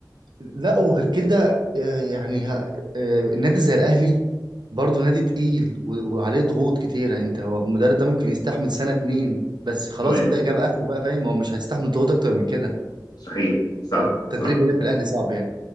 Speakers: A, on the right (about 85°); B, on the left (about 65°).
A: لا وغير كده آه، يعني ها- آه، نادي زي الاهلي برضه نادي تقيل و- وعليه ضغوط كتيره انت هو المدرب ده ممكن يستحمل سنه اتنين بس خلاص
B: تمام
A: كده جاب اخره بقى فاهم هو مش هيستحمل ضغوط اكتر من كده
B: صحيح صح
A: التدريب
B: صح
A: هنا في الاهلي صعب يعني